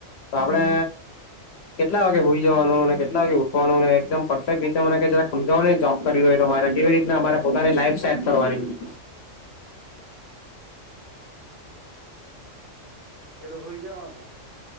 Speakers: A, on the left (about 60°); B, on the right (about 70°).
A: તો આપણે કેટલા વાગે હોઈ જવાનું અને કેટલા વાગે પરફેક્ટ રીતે મ જ સમજાવો જોબ કરી હોય તો મારે કેવી રીતના મારે પોતાની લાઈફ સેટ કરવાની
B: એલો હો જાાવનો